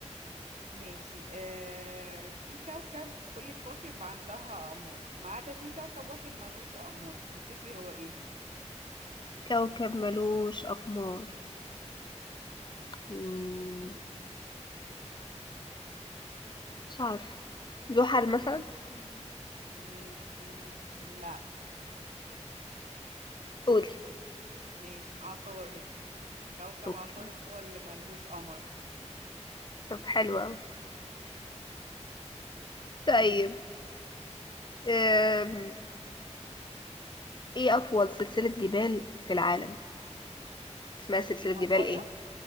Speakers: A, on the right; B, on the left.
A: ماشي آه في كوكب كل الكواكب عندها أقمار ما عدا في كوكب واحد ملوش أقمار تفتكري هو إيه؟
B: كوكب ملوش أقمار مم، مش عارفة زحل مثلا
A: يعني مم... لا
B: قولي
A: هد- ماشي عطارد كوكب
B: اوكي
A: عطارد هو اللي ملهوش قمر
B: طب حلو
A: <laughs>
B: اوي طيب
A: ماشي
B: أم... ايه اطول سلسلة جبال في العالم اسمها
A: الهيمالايا
B: سلسلة جبال ايه